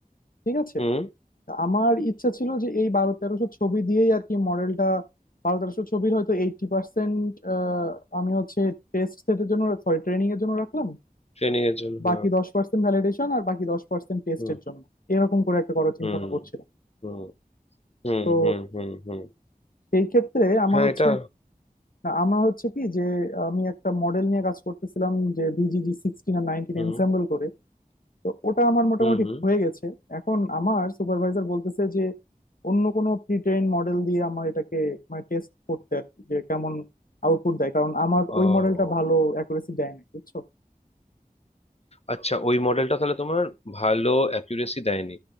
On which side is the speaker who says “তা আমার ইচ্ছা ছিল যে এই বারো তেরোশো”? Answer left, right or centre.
Left